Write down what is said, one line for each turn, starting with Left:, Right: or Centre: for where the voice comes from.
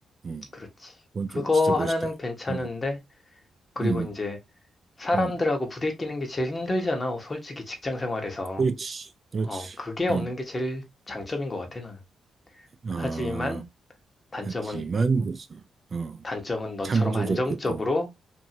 Right: 음.
Left: 그렇지.
Right: 그건
Left: 그거
Right: 좀 진짜
Left: 하나는
Right: 멋있다.
Left: 괜찮은데
Right: 음,
Left: 그리고
Right: 음,
Left: 이제 사람들하고
Right: 음.
Left: 부대끼는 게 제일 힘들잖아. 솔직히 직장 생활에서.
Right: 그렇지, 그렇지.
Left: 어, 그게 없는
Right: 음.
Left: 게 제일 장점인 것 같아, 나는.
Right: 아,
Left: 하지만 단점은,
Right: 하지만, 그렇 어,
Left: 단점은 너처럼
Right: 창조적
Left: 안정적으로
Right: 그건.